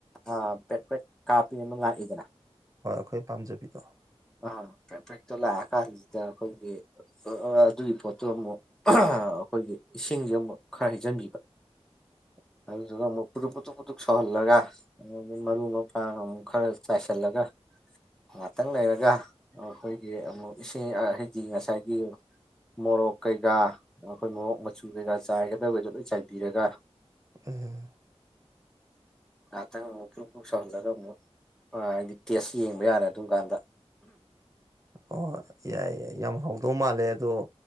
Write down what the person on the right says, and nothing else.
ꯈꯣꯏ ꯄꯥꯥꯟꯖꯕꯤꯗꯣ
<inaudible>
ꯎꯝ
ꯑꯣ ꯌꯥꯏꯏ ꯌꯥꯝ ꯍꯥꯎꯗꯧ ꯃꯥꯜꯂꯦ ꯑꯗꯣ